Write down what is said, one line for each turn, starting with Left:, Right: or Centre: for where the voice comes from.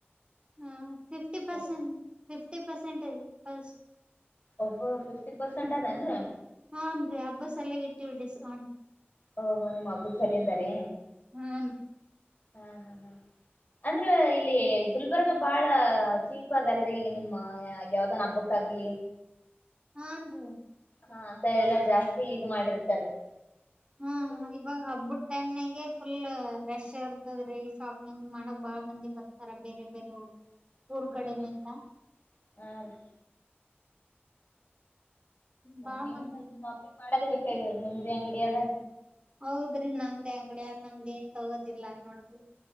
Right: ಹ್ಮ ಫಿಫ್ಟಿ ಪರ್ಸೆಂ
Left: ಅದ
Right: ಫಿಫ್ಟಿ ಪರ್ಸೆಂಟಜ್ ಅಸ
Left: ಒಬ್ಬ ಫಿಫ್ಟಿ ಪರ್ಸೆಂಟ್ ಅದೇನ್ರರಿ.
Right: ಹಾನ್ ರೀ ಹಬ್ಬಸ್ ಸಲಗಿ ಇಟ್ಟೀವಿ ಡಿಸ್ಕೌಂಟ್.
Left: ಓ ಒಬ್ಬ ಮಬ್ಬ ಕಲಿಅಂದ್ರರಿ
Right: ಹ್ಮ
Left: ಹಾ ಹಾ ಹಾ ಅಂದ್ರ ಇಲ್ಲಿ ಗುಲ್ಬರ್ಗ ಬಾಳ ಚೀಪ್ ಅದಲ್ರೀ ಈಗ ನಿಮ್ಮ ಯಾವ್ದನ್ ಹಬ್ಬಕ್ ಆಗ್ಲಿ
Right: ಹಾನ್ ರೀ
Left: ಹಾ ಅಂತವ ಎಲ್ಲ ಜಾಸ್ತಿ ಇದು ಮಾಡಿರ್ತಾರೆೀ.
Right: ಹ್ಮ್ ಹಾ ಈವಾಗ್ ಹಬ್ಬದ್ ಟೈಮ್ನಿಗೆ ಫುಲ್ ರೆಶ್ ಇರ್ತದ್ರೀ ಶಾಪಿಂಗ್ ಮಾಡಕ್ ಬಾಳ ಮಂದಿ ಬರ ಬೇರೆ ಬೇರೆ
Left: <inaudible>
Right: ಊರ್ ಕಡಲಿಂದ
Left: ಹ್ಮ್ ಹಾ ರೀ
Right: ಬಾಳ್
Left: ನೀವ್
Right: ಮಂದಿ
Left: ಅಂತರು
Right: ಉಂಟು
Left: ಶಾಪಿಂಗ್ ಮಾಡೋದೇ ಬೇಕಾಗಿಗಲ್ರಿ ನಿಮ್ದ ಅಂಗಡಿ ಅದ
Right: ಹೌದ್ರಿ ನಮ್ದ್ ಅಂಗಡಿಯ ನಮ್ದ್ ಏನ್ ತಗೋದಿಲ್ಲಾ ನೋಡ್ರಿ.